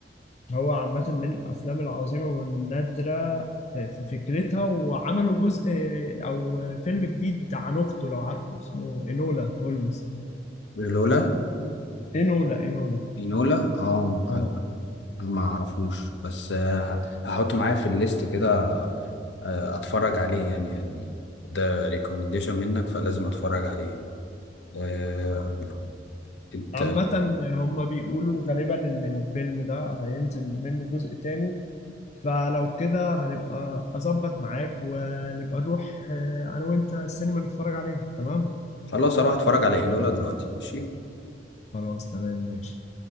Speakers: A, on the left; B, on the left.
A: هو عامة من الافلام العظيمة والنادرة في في فكرتها وعملوا جزء او فيلم جديد عن اخته لو عارفه اسمه انولا هولمز
B: لولا
A: انولا انولا
B: لولا اه
A: اه
B: ما اعرفوش بس آه، ه- هحطه معايا في الليست كده آه، اتفرج عليه يعني يعني ده ريكومنديشن منك فلازم اتفرج عليه آه، انت
A: عامة هم بيقولوا غالبا إن الفيلم ده هينزل منه جزء تاني فلو كده هنبقى أظبط معاك ونبقى نروح آه، أنا وأنت السينما نتفرج عليه تمام؟
B: خلاص اروح اتفرج على ايلولا دلوقتي ماشي
A: خلاص تمام ماشي